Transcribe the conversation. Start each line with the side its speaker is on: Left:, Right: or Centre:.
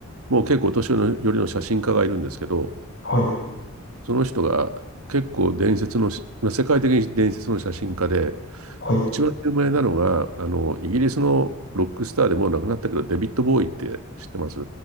Right: もう結構お年寄りの写真家がいるんですけど
Left: はい、
Right: その人が結構伝説のし世界的に伝説の写真家で
Left: はい。
Right: 一番有名なのがあのイギリスのロックスターでもう亡くなったけどデビッド・ボーイって知ってます